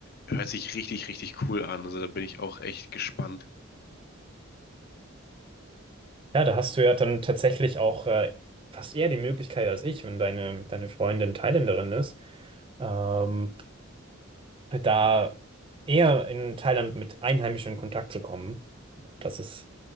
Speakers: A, on the left; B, on the right.
A: hört sich richtig, richtig cool an. Also da bin ich auch echt gespannt.
B: Ja, da hast du ja dann tatsächlich auch äh, fast eher die Möglichkeit als ich, wenn deine, deine Freundin Thailänderin ist. Ähm, da eher in Thailand mit Einheimischen in Kontakt zu kommen. Das ist